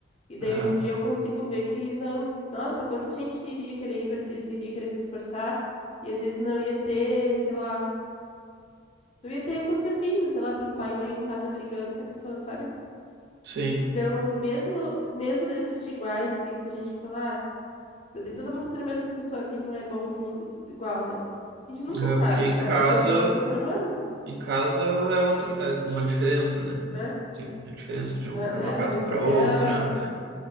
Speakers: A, on the left; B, on the right.
A: E daí
B: Aham.
A: hoje em dia eu consigo ver que não, nossa, quanta gente iria querer ir para Disney, iria querer se esforçar e às vezes não ia ter, sei lá, não ia ter condições mínimas, sei lá, tem pai e mãe em casa brigando que a pessoa, sabe?
B: Sim,
A: Então, assim, mesmo mesmo dentro de iguais, que tem muita gente que fala, ah, eu dei- todo mundo tá tendo o mesmo professor, por que que não é bom jun... igual, né? A gente nunca
B: é
A: sabe,
B: porque em
A: cada
B: casa,
A: ser humano é um ser humano,
B: em casa é outra, é uma diferença, né?
A: né?
B: Tem a diferença de, um-
A: É,
B: de uma
A: é,
B: casa
A: às vezes
B: para
A: até
B: outra,
A: a...